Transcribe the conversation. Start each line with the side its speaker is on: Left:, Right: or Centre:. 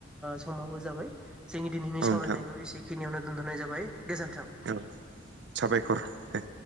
Centre: समावबो जोंनि दिनैनि
Right: औ
Centre: सावरायनायखौ
Right: नोंथां
Centre: एसेखिनियावनो दोनथ'नाय जाबाय गोजोन्थों।
Right: औ साबायखर दे।